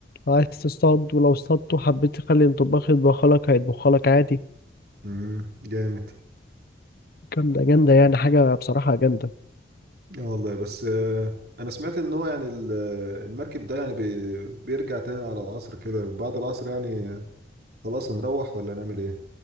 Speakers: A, on the left (about 55°); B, on the right (about 60°).
A: لو عايز تصطاد ولو اصطادت وحبيت تخلي الطباخ يطبخلك هيطبخلك عادي
B: امم جامد
A: جامدة جامدة يعني حاجة بصراحة جامدة
B: اه والله بس آه، انا سمعت ان هو يعني ال- آه، المركب ده يعني بي- بيرجع تاني على العصر كده بعد العصر يعني آه، خلاص هنروح ولا نعمل ايه